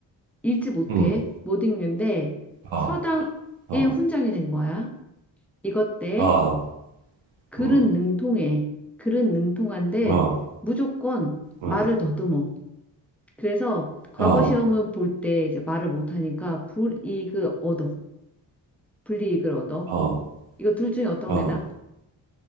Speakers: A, in the centre; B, on the right (about 75°).
A: 읽지 못해.
B: 음.
A: 못 읽는데
B: 어.
A: 서당의
B: 어.
A: 훈장이 된 거야. 이것 때
B: 어,
A: 글은
B: 음,
A: 능통해. 글은 능통한데
B: 어,
A: 무조건 말을
B: 음,
A: 더듬어. 그래서 과거
B: 어,
A: 시험을 볼 때 이제 말을 못하니까 불이익을 얻어. 불이익을 얻어.
B: 어,
A: 이거 둘 중에 어떤
B: 어.
A: 게 나?